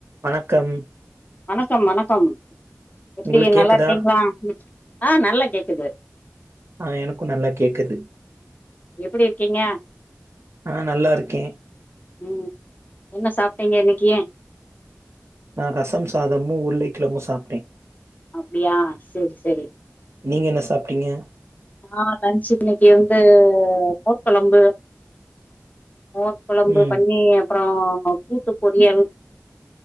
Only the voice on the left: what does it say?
வணக்கம் வணக்கம் எப்டி
நல்லா இருக்கீங்ளா ஆ நல்லா கேக்குது
எப்டி இருக்கீங்க
ம் என்ன சாப் ட்டிங்க இன்னக்கி
அப்டியா சேரி சேரி
ஆ லஞ்ச்சு இன்னைக்கி வந்து மோர் கொழம்பு மோர் கொழம்பு
பண்ணி அப்றோ கூட்டு பொறியல்